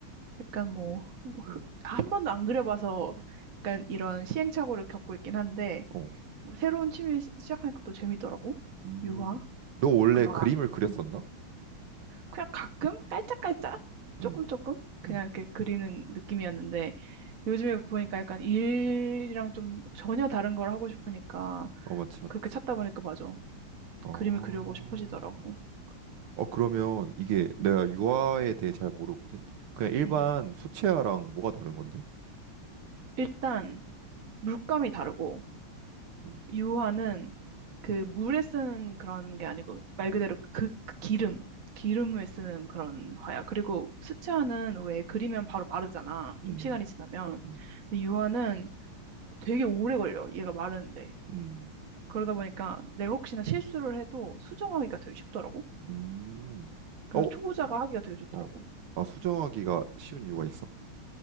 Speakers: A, on the right; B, on the right.
A: 약간 뭐, 뭐
B: 음,
A: 흐- 한 번도 안 그려봐서 약간 이런 시행착오를 겪고 있긴 한데,
B: 어,
A: 뭐 새로운 취미 시- 시작하니까 또 재밌더라고.
B: 음.
A: 유화?
B: 너 원래
A: 약간 막,
B: 그림을 그렸었나?
A: 음. 그냥 가끔 깔짝깔짝
B: 음,
A: 조금 조금 그냥
B: 음,
A: 이렇게 그리는 느낌이었는데 요즘에 보니까 약간 일이랑 좀 전혀 다른 걸 하고 싶으니까
B: 어, 맞지, 맞지.
A: 그렇게 찾다 보니까 맞아.
B: 어,
A: 그림을 그리고 싶어지더라고.
B: 어, 그러면 이게 내가
A: 음,
B: 유화에 대해 잘 모르거든? 그냥 일반
A: 음.
B: 수채화랑 뭐가 다른 건데?
A: 일단 물감이 다르고
B: 음,
A: 유화는 그 물에 쓰는 그런 게 아니고 말 그대로 그, 그 기름, 기름을 쓰는 그런 화야. 그리고 수채화는 왜 그리면 바로 마르잖아.
B: 음,
A: 좀 시간이 지나면.
B: 음,
A: 근데 유화는 되게 오래 걸려. 얘가 마르는데.
B: 음,
A: 그러다 보니까 내가 혹시나 실수를 해도 수정하기가 되게 쉽더라고.
B: 음.
A: 그래서
B: 어,
A: 초보자가
B: 수,
A: 하기가 되게 좋더라고.
B: 어, 아, 수정하기가 쉬운 이유가 있어?